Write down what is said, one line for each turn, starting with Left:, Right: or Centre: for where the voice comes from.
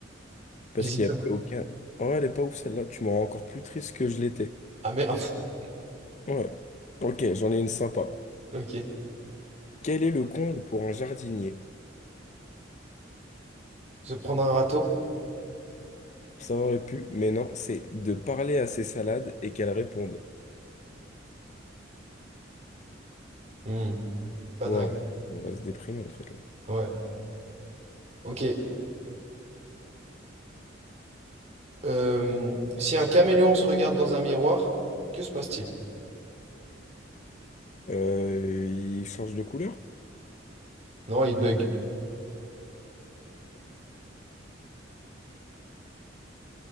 Left: Parce
Right: Les
Left: qu'il
Right: immeubles.
Left: n'y a aucun... Oh, elle est pas ouf celle-là, tu m'en rends encore plus triste que je l'étais.
Right: Ah merde. <laughs>
Left: Ouais. Ok, j'en ai une sympa.
Right: Ok.
Left: Quel est le comble pour un jardinier?
Right: Se prendre un râteau?
Left: Ça aurait pu, mais non, c'est de parler à ses salades et qu'elles répondent.
Right: Hmm, pas
Left: Wow,
Right: dingue.
Left: on va se déprimer en fait. là.
Right: Ouais. Ok. Euh, si un caméléon se regarde dans un miroir, que se passe-t-il?
Left: Euh, il change de couleur?
Right: Non, il bug.